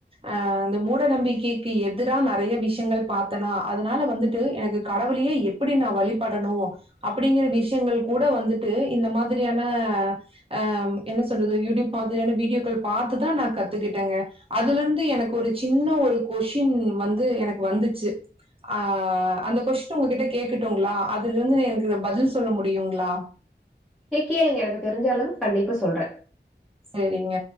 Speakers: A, on the right; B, in the centre.
A: அ இந்த மூட நம்பிக்கைக்கு எதிரா நெறைய விஷ்யங்கள் பாத்தனா அதுனால வந்துட்டு எனக்கு கடவுளையே எப்பிடி நா வழிபடணு அப்டிங்கிற விஷ்யங்கள் கூட வந்துட்டு இந்த மாதிரியான அ என்ன சொல்றது யூடியூப் மாதிரியான வீடியோக்கள் பாத்துதா நா கத்துக்கிட்டேங்க அதுலர்ந்து எனக்கு ஒரு சின்ன ஒரு கொஷின் வந்து எனக்கு வந்துச்சு அ அந்த கொஸ்டின் உங்ககிட்ட கேக்கடூங்ளா அதுலர்ந்து எனக்கு பதில் சொல்ல முடியுங்ளா
B: கே கேளுங்க எனக்கு தெரிஞ்ச அளவு கண்டிப்பா சொல்றெ
A: சேரிங்க